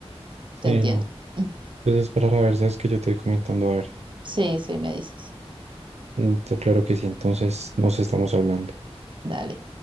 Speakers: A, on the right (about 85°); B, on the right (about 50°).
A: Sí,
B: te entiendo.
A: no.
B: <laughs>
A: Pues esperar a ver, sabes que yo te voy comentando a ver.
B: Sí, sí, me dices.
A: Mm, t- Claro que sí, entonces nos estamos hablando.
B: Dale.